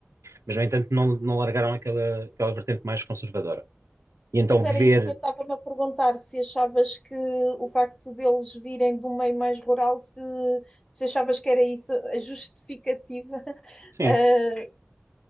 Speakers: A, on the right (about 85°); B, on the left (about 15°).
A: mas, no entanto, não, não largaram aquela, aquela vertente mais conservadora. E então
B: Pois
A: ver,
B: era isso que eu estava-me a perguntar, se achavas que o facto deles virem de um meio mais rural, se, se achavas que era isso a justificativa. <laughs>
A: sim,
B: Ah,